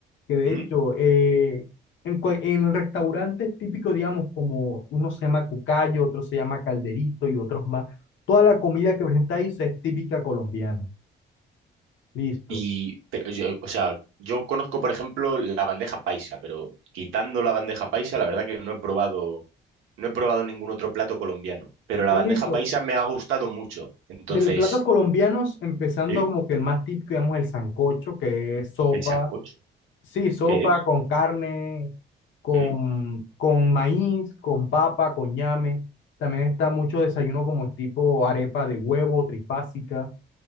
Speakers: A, on the left; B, on the right.
A: que de
B: ¿Mm?
A: hecho, eh, en, cual- en restaurantes típicos, digamos, como uno se llama cucayo, otro se llama calderito y otros más, toda la comida que presenta ahí se es típica colombiana. Listo.
B: Y, pero yo, o sea, yo conozco, por ejemplo, la bandeja paisa, pero quitando la bandeja paisa, la verdad que no he probado, no he probado ningún otro plato colombiano. Pero la
A: No,
B: bandeja
A: listo.
B: paisa me ha gustado mucho. Entonces,
A: del platos colombianos, empezando
B: sí,
A: como que el más típico, digamos, el sancocho, que es sopa,
B: el sancocho.
A: sí, sopa
B: ¿Qué es?
A: con carne, con,
B: ¿Mm?
A: con maíz, con papa, con ñame. También está mucho desayuno como tipo arepa de huevo, trifásica.